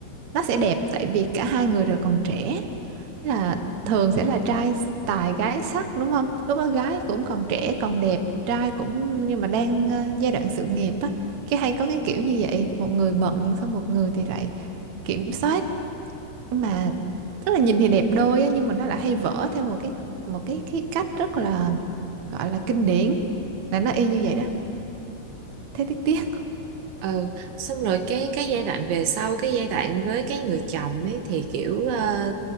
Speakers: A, on the right; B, on the right.
A: nó sẽ đẹp tại vì cả hai người đều còn trẻ là thường sẽ là trai tài gái sắc đúng không lúc đó gái cũng còn trẻ còn đẹp trai cũng nhưng mà đang ờ, giai đoạn sự nghiệp á cái hay có cái kiểu như vậy một người bận xong một người thì lại kiểm soát mà tức là nhìn thì đẹp đôi á nhưng mà nó lại hay vỡ theo một cái một cái cái cách rất là gọi là kinh điển là nó y như vậy đó thế tiếc tiếc
B: Ừ, xong rồi cái cái giai đoạn về sau cái giai đoạn với cái người chồng ấy thì kiểu ờ,